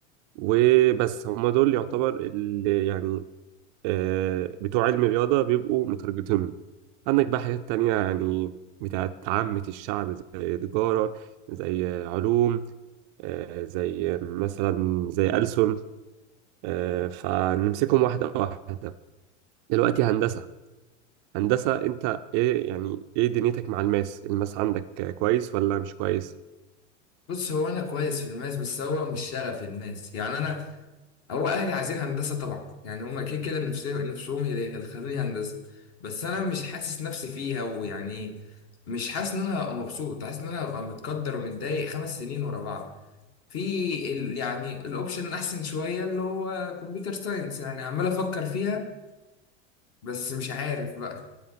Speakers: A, on the right; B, on the left.
A: وبس هما دول يعتبر اللي يعني آه، بتوع علم الرياضة بيبقوا مترجتهم عندك بقى حاجات تانية يعني بتاعت عامة الشعب زي تجارة زي علوم آه، زي مثلا زي ألسن آه، فنمسكهم واحدة واحدة دلوقتي هندسة هندسة انت ايه يعني ايه دنيتك مع الماس الماس عندك كويس ولا مش كويس؟
B: بص هو انا كويس في الماس بس هو مش شغفي الماس يعني انا هو اهلي عايزين هندسه طبعا يعني هما كده كده نفسهم نفسهم يلي- يدخلوني هندسه بس انا مش حاسس نفسي فيها ويعني مش حاسس ان انا هبقى مبسوط حاسس ان انا هبقى متقدر ومتضايق خمس سنين ورا بعض في ال... يعني الاوبشن الاحسن شويه اللي هو كمبيوتر ساينس يعني عمال افكر فيها بس مش عارف بقى